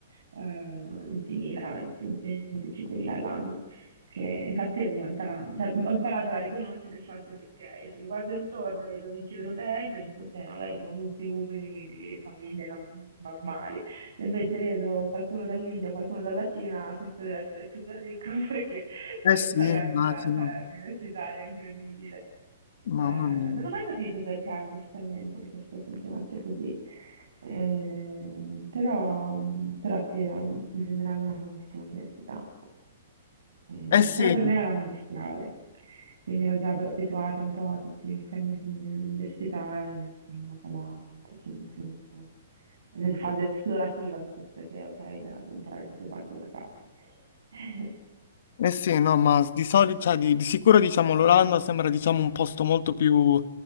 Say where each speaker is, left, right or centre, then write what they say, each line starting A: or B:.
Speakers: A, on the right; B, on the left.
A: eh, 20.000, 25.000 all'anno, che infatti ogni volta cioè, ho imparato a riconoscere il fatto che ok, se mi guardo intorno e vedo amici europei, penso che magari sono tutti uomini di famiglie non- normali. Se invece vedo qualcuno dall'India o qualcuno dalla Cina, questo deve essere super ricco <laughs> perché deve
B: eh sì,
A: pagare
B: immagino,
A: una rata universitaria incredibile. Eh,
B: mamma mia.
A: non ho mai capito perché, onestamente, questo funzionasse così. Eh, però, però sì, era un- in generale una buonissima università. Eh,
B: Eh sì,
A: però per me era la magistrale, quindi ero già abituata un po' a tutti i meccanismi dell'università e sono andata là un pochino più in fase esplorativa piuttosto che, ok, no, imparare tutto quanto da capo. <laughs>
B: Eh sì, no, ma di solito, cioè, di, di sicuro diciamo l'Olanda sembra diciamo un posto molto più